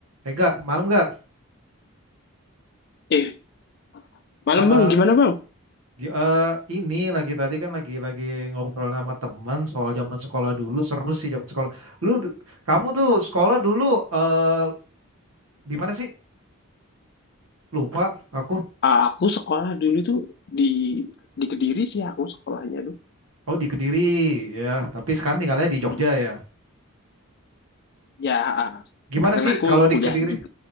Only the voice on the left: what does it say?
Eh, malam
bang, gimana bang?
Aku sekolah dulu tuh di di Kediri sih aku sekolahnya tuh.
Hmm.
Ya, ah,
karena
aku
kuliah
juga